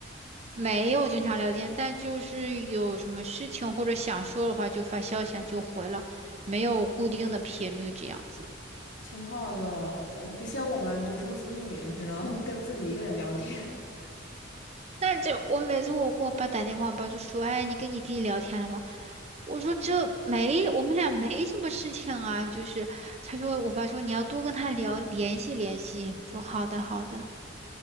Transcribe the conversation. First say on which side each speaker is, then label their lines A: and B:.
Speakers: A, on the right; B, on the left.
A: 没有经常聊天，但就是有什么事情或者想说的话就发消息啊，就回了，没有固定的频率这样子。
B: 挺好的，我不像我们独生子女，只能 <laughs> 跟自己一个人聊天。<laughs>
A: 但这我每次我给我爸打电话，我爸就说：“哎，你跟你弟聊天了吗？”我说：“这没，我们俩没什么事情啊。”就是他说，我爸说你要多跟他聊，联系联系。说好的好的，